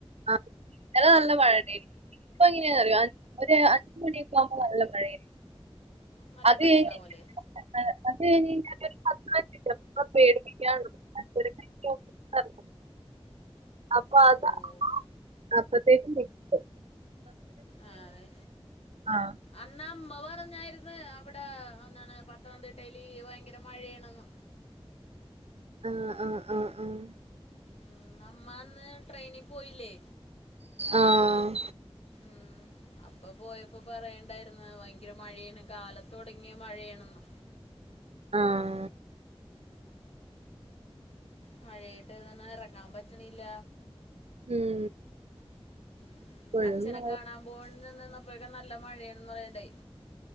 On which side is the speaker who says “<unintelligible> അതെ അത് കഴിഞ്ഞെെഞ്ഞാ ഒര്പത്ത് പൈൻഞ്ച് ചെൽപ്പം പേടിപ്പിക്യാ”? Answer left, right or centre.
Right